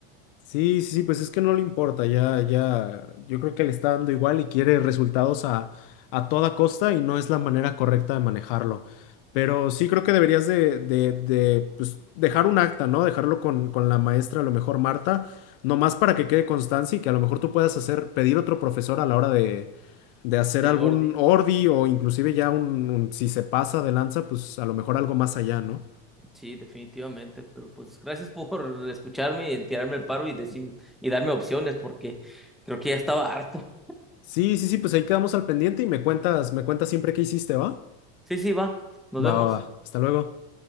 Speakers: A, on the left; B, in the centre.
A: Sí, sí, sí, pues es que no le importa, ya, ya, yo creo que le está dando igual y quiere resultados a, a toda costa y no es la manera correcta de manejarlo. Pero sí creo que deberías de, de, de, pues, dejar un acta, ¿no? Dejarlo con, con la maestra, a lo mejor Marta, nomás para que quede constancia y que a lo mejor tú puedas hacer, pedir otro profesor a la hora de, de hacer
B: del
A: algún
B: Ordi.
A: ordi o inclusive ya un, un- si se pasa de lanza, pues a lo mejor algo más allá, ¿no?
B: Sí, definitivamente, pero pues gracias por escucharme y tirarme el paro y decir y darme opciones porque creo que ya estaba harto.
A: Sí, sí, sí, pues ahí quedamos al pendiente y me cuentas, me cuentas siempre qué hiciste, ¿va?
B: Sí, sí, va. Nos
A: Va,
B: vemos.
A: va, va. Hasta luego.